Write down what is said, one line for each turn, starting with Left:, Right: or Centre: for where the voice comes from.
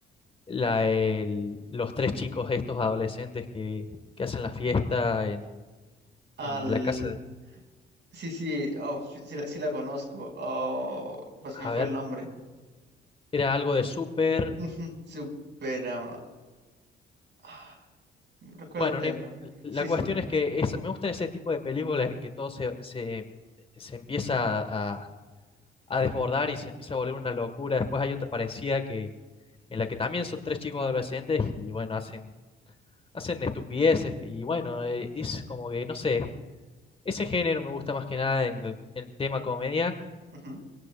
Left: la, el- los tres chicos estos adolescentes que, que hacen la fiesta en,
Right: Al...
Left: en la casa,
Right: Sí, sí, oh, sí, sí la, sí la conozco. Oh, pues
Left: a
Right: me fue
Left: ver,
Right: el nombre.
Left: era algo de súper.
Right: <laughs> Ujú, Supera... ah, No recuerdo
Left: Bueno,
Right: ahorita
Left: no
Right: el
Left: im-
Right: nombre.
Left: la
Right: Sí,
Left: cuestión
Right: sí.
Left: es que es- me gustan ese tipo de películas que todo se, se, se empieza a, a desbordar y se empieza a volver una locura. Después hay otra parecida que, en la que también son tres chicos adolescentes y bueno, hacen, hacen estupideces. Y bueno, eh, es como que, no sé, ese género me gusta más que nada en el, en tema comedia.
Right: ujú,